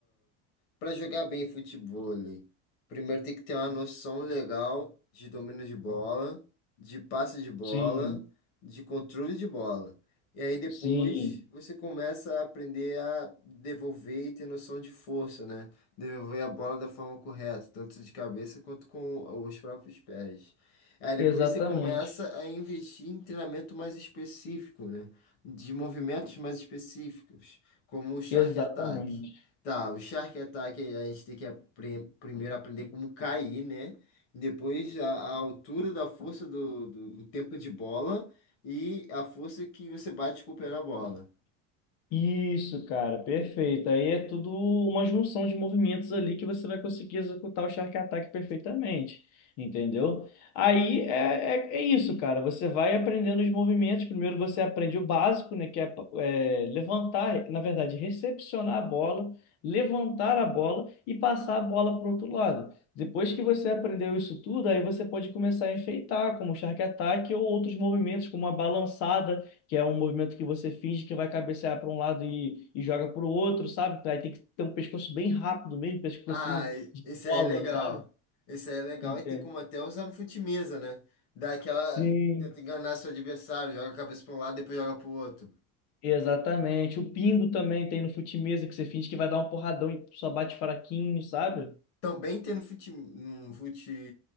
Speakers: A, on the left; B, on the left.
A: para jogar bem futebol, primeiro tem que ter uma noção legal de domínio de bola, de passe de bola,
B: Sim,
A: de controle de bola. E aí depois
B: sim,
A: você começa a aprender a devolver e ter noção de força, né? Devolver a bola da forma correta, tanto de cabeça quanto com os próprios pés. Aí depois
B: exatamente,
A: você começa a investir em treinamento mais específico, né? de movimentos mais específicos, como o Shark
B: exatamente.
A: Attack. Tá, o Shark Attack a gente tem que apre- primeiro aprender como cair, né? Depois a, a altura da força do, do, do tempo de bola e a força que você bate com o pé na bola.
B: Isso, cara, perfeito. Aí é tudo uma junção de movimentos ali que você vai conseguir executar o Shark Attack perfeitamente, entendeu? Aí é, é, é isso, cara. Você vai aprendendo os movimentos. Primeiro você aprende o básico, né? Que é, é, levantar, na verdade, recepcionar a bola, levantar a bola e passar a bola para o outro lado. Depois que você aprendeu isso tudo, aí você pode começar a enfeitar, como o Shark Attack ou outros movimentos, como a balançada que é um movimento que você finge que vai cabecear para um lado e, e joga para o outro, sabe? Aí tem que ter um pescoço bem rápido mesmo, pescocinho
A: Ah,
B: de
A: esse
B: bola,
A: aí é legal.
B: sabe?
A: Esse aí é legal
B: Entende?
A: e tem como até usar no fute-mesa, né? Dá aquela.
B: Sim,
A: Tenta enganar seu adversário, joga a cabeça para um lado, depois joga pro outro.
B: exatamente. O pingo também tem no fute-mesa, que você finge que vai dar um porradão e só bate fraquinho, sabe?
A: Também tem no fute, no fute,